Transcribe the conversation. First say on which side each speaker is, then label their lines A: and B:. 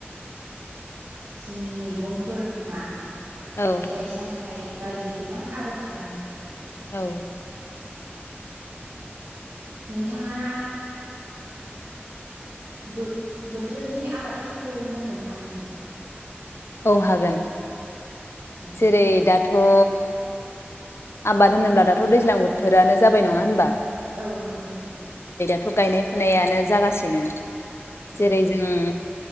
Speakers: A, on the right; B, on the left.
A: जोंनि मैगंफोर नङा
B: औ
A: फिथाइ सामथायाइ। बायदि गोबां आबाद खालामो।
B: औ।
A: नोंथाङा। बोथ बोथोरनि आबादफोरखौ मख'नो हागोन नामा
B: औ हागोन
A: औ
B: जेरै दा थ' आबाद होनोब्ला दाथ' दैज्लां बोथोरानो जाबाय नङा होनबा
A: औ नंगौ नोंथां।
B: थ' गायनाय फुनायानो जागासिनो जेरै
A: औ
B: जों